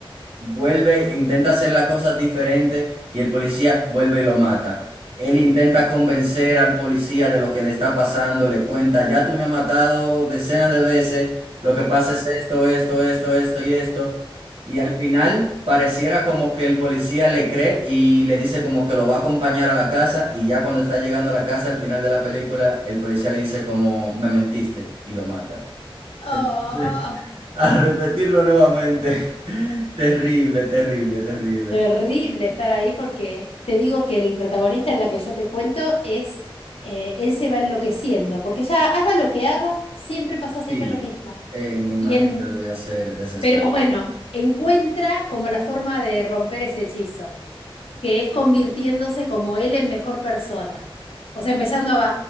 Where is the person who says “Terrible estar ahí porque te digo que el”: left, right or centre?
Left